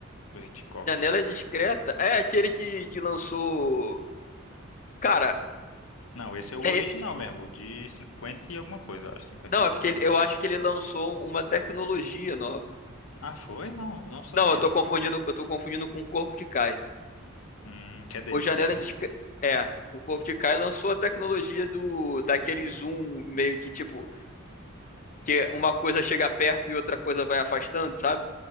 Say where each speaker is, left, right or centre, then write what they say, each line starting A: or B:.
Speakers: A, on the left (about 80°); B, on the left (about 40°).
A: do Hitchcock.
B: Janela Indiscreta é aquele que, que lançou. Cara,
A: Não, esse é o
B: é-
A: original mesmo, o de 50 e alguma coisa, eu acho, 52,
B: não, é porque ele-
A: eu
B: eu
A: acho.
B: acho que ele lançou uma tecnologia nova.
A: Ah, foi? Não, não sabia.
B: Não, eu tô confundindo, eu tô confundindo com o Corpo de Kai.
A: Hum, que é dele
B: O Janela
A: também, né?
B: Indiscreta. É, o Corpo de Kai lançou a tecnologia do daquele zoom meio que tipo, que uma coisa chega perto e outra coisa vai afastando, sabe?